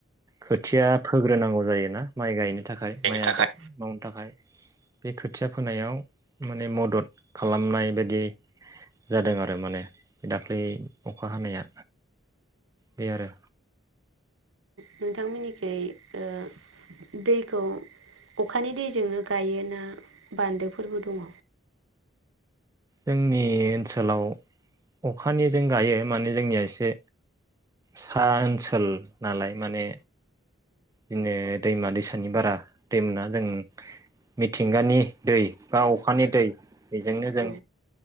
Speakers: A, on the right; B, on the right.
A: खोथिया फोग्रोनांगौ जायोना माइ गायनो थाखाय
B: बेनि
A: माइ
B: थाखाय
A: आबाद मावनो थाखाय बे खोथिया फोनायाव माने मदद खालामनाय बायदि जादों आरो माने दाख्लै अखा हानाया बे आरो
B: नोंथांमोननिखै ओ दैखौ अखानि दैजोंनो गायो ना बान्दोफोरबो दङ'
A: जोंनि ओनसोलाव अखानि जों गायो माने जोंनिया एसे सा ओनसोल नालाय माने बिदिनो दैमा दैसानि बारा दैमोना जों मिथिंगानि दै बा अखानि दै बेजोंनो जों
B: औ